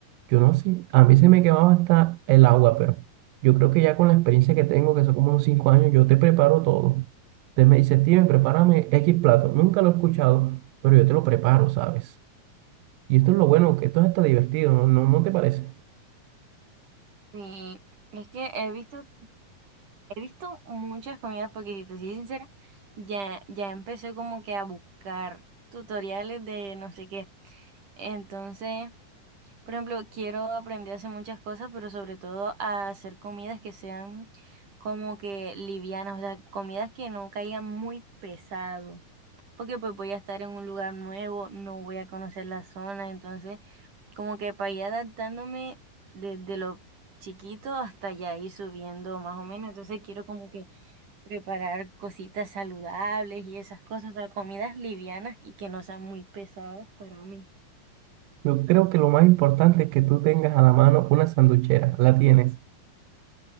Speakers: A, on the right; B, on the right.
A: Yo no sé, a mí se me quemaba hasta el agua, pero yo creo que ya con la experiencia que tengo, que son como unos cinco años, yo te preparo todo. Entonces me dice, Steven, prepárame X plato. Nunca lo he escuchado, pero yo te lo preparo, ¿sabes? Y esto es lo bueno, que esto es hasta divertido, ¿no? ¿No, no te parece?
B: Sí, es que he visto, he visto muchas comidas, porque si te soy sincera, ya, ya empecé como que a buscar tutoriales de no sé qué. Entonces Por ejemplo, quiero aprender a hacer muchas cosas, pero sobre todo a hacer comidas que sean como que livianas, o sea, comidas que no caigan muy pesado, porque pues voy a estar en un lugar nuevo, no voy a conocer la zona, entonces como que para ir adaptándome desde lo chiquito hasta ya ir subiendo más o menos, entonces quiero como que preparar cositas saludables y esas cosas, o sea, comidas livianas y que no sean muy pesadas para mí.
A: Yo creo que lo más importante es que tú tengas a la mano una sanduchera. La tienes.